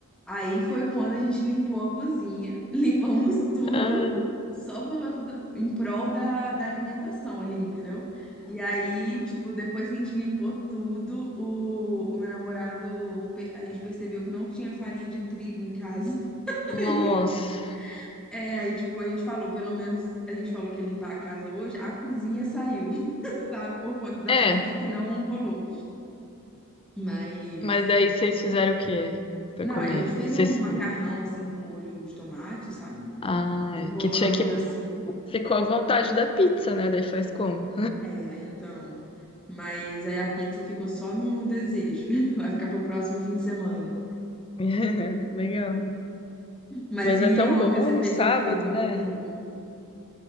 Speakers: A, in the centre; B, on the left.
A: Aí foi quando a gente limpou a cozinha, <laughs> limpamos tudo,
B: Ah,
A: só por causa do- em prol da, da alimentação ali, entendeu? E aí, tipo, depois que a gente limpou tudo, o, o meu namorado, pe- a gente percebeu que não tinha farinha de trigo em casa. <laughs>
B: nossa.
A: É, aí, tipo, a gente falou, pelo menos a gente falou que ia limpar a casa hoje, a cozinha saiu, <laughs> sabe? Por conta da
B: É,
A: pizza que não rolou. Mas,
B: mas daí vocês fizeram o quê pra
A: não,
B: comer?
A: aí a gente fez
B: Vocês...
A: um macarrão, assim, com molho de tomate, sabe?
B: Ah,
A: Enrolamos,
B: é que tinha que...
A: assim.
B: Ficou à vontade da pizza, né? Daí faz como?
A: É, então. Mas aí a pizza ficou só no desejo. <laughs> Vai ficar pro próximo fim de semana.
B: <laughs> Legal.
A: Mas
B: Mas
A: e
B: é tão
A: ontem
B: bom
A: você fez
B: um sábado,
A: o quê? No
B: né?
A: domingo?